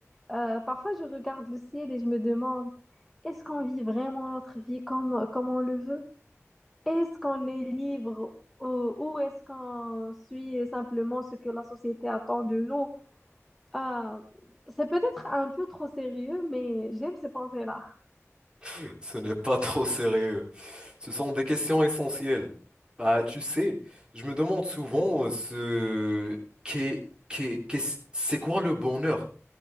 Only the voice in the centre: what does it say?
Euh, parfois, je regarde le ciel et je me demande, est-ce qu'on vit vraiment notre vie comme, comme on le veut? Est-ce qu'on est libre ou, ou est-ce qu'on suit simplement ce que la société attend de nous? Euh, c'est peut-être un peu trop sérieux, mais j'aime ces pensées-là.